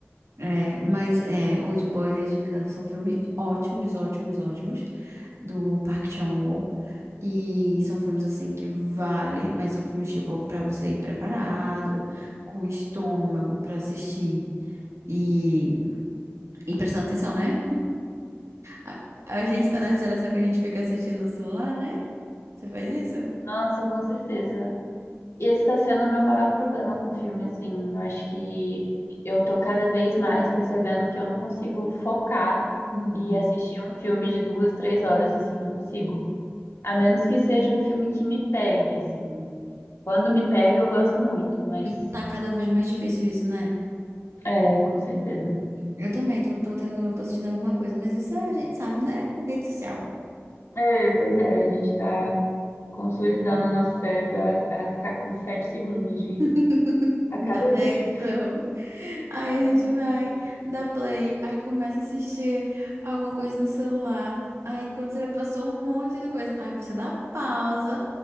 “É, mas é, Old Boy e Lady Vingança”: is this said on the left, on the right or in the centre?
Right